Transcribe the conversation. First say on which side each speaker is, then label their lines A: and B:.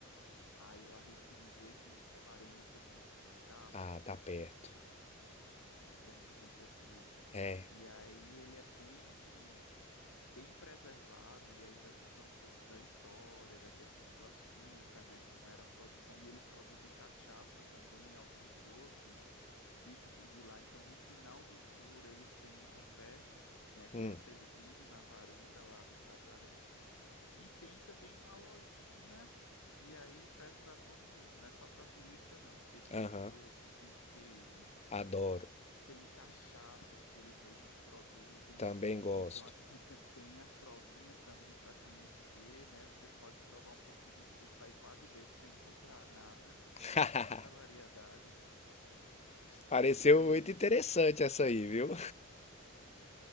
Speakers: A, on the left (about 85°); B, on the left (about 30°).
A: ah, eu arrisco dizer que uns 40 minutos de carro,
B: Ah, tá perto.
A: não é tão distante assim não.
B: É.
A: E aí ele é bem bem preservado, e aí vai contar um pouco da história, da questão do açúcar, né, como era a produção, e eles produzem cachaça também, alguns doces típicos de lá. Então, no final do tour, eles têm um café, né, que
B: Hum,
A: é servido na varanda lá do casarão, e tem também uma lojinha que aí serve para todo mundo, não é só para turista não, porque tem
B: aham.
A: doce, tem queijos,
B: Adoro.
A: tem cachaças que eles mesmos produzem.
B: Também gosto.
A: Então, assim, tem, tem- tem as provinhas também para conhecer, né? Você pode provar um pouquinho de tudo, sair quase bêbado sem comprar nada,
B: <laughs>
A: de tanta variedade.
B: Pareceu
A: E,
B: muito interessante essa aí, viu?